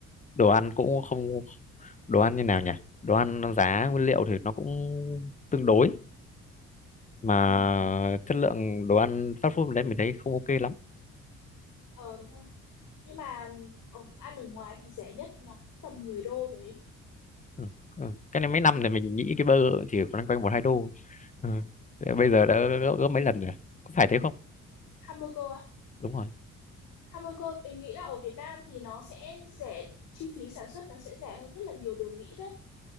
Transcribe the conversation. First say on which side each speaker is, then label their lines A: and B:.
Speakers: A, on the left; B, on the left.
A: đồ ăn cũng không đồ ăn như nào nhỉ? Đồ ăn nó giá nguyên liệu thì nó cũng tương đối mà
B: Ừ. ừ.
A: chất lượng đồ ăn fast food đấy mình thấy không ok lắm.
B: Ờ đúng rồi. Nhưng mà ở, ăn ở ngoài thì rẻ nhất nó cũng tầm 10 đô rồi ấy.
A: Ừ. Ừ. Cái này mấy năm thì mình nghĩ cái burger chỉ loanh quanh một hai đô. Ừ. Thế Bây giờ đã gấp, gấp mấy lần rồi. Có phải thế không?
B: Hamburger á.
A: Đúng rồi.
B: Hamburger mình nghĩ là ở Việt Nam thì nó sẽ rẻ, chi phí sản xuất nó sẽ rẻ hơn rất là nhiều đồ Mỹ đấy.